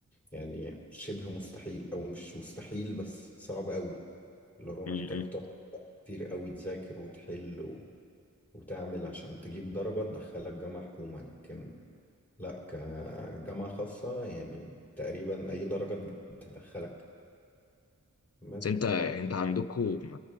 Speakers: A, in the centre; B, on the left.
A: يعني شبه مستحيل أو مش مستحيل بس صعب أوي اللي هو محتاج
B: م-م.
A: تقعد كتير قوي تذاكر وتحل و... وتعمل عشان تجيب درجة تدخلك جامعة حكومة لكن لا كجامعة خاصة يعني تقريبا أي درجة تدخلك بس
B: بس انت انت عندكم